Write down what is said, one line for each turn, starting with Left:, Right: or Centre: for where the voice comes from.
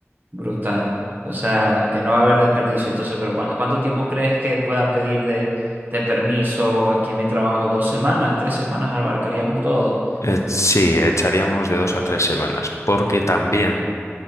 Right: Brutal. O sea, que no va a haber desperdicio. Entonces, pero ¿cuánto, cuánto tiempo crees que pueda pedir de, de permiso aquí en mi trabajo? ¿Dos semanas? ¿Tres semanas abarcaríamos todo?
Left: Eh, sí, echaríamos de dos a tres semanas, porque
Right: Pero-
Left: también